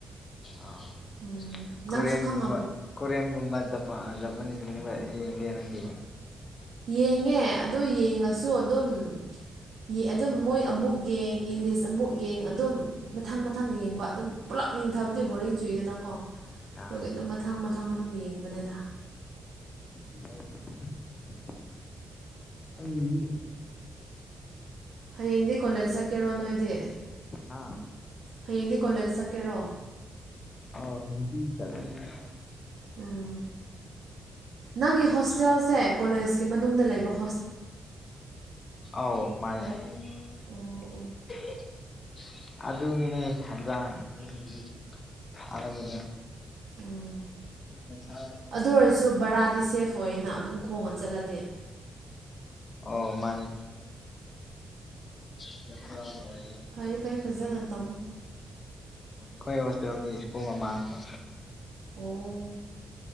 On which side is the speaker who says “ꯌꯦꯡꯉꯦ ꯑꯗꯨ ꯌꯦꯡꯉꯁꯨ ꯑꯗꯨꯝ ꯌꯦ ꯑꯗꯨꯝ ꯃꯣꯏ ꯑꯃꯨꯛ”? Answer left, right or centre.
Right